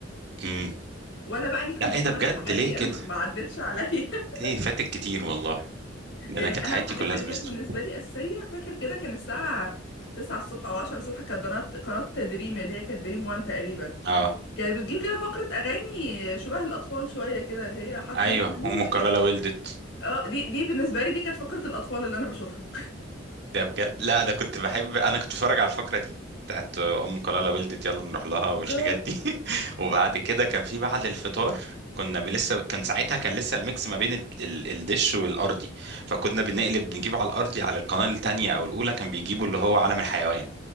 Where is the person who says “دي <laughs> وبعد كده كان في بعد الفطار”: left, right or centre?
Right